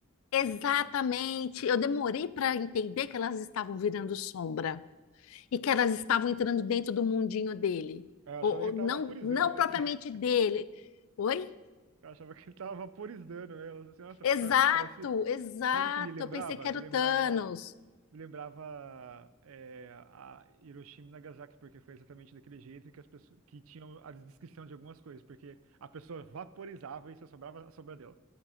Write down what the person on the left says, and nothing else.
exatamente. Eu demorei para entender que elas estavam virando sombra e que elas estavam entrando dentro do mundinho dele.
Ou,
ou
não,
não
propriamente
dele. Oi?
Exato,
exato.
Eu pensei que era
o Thanos.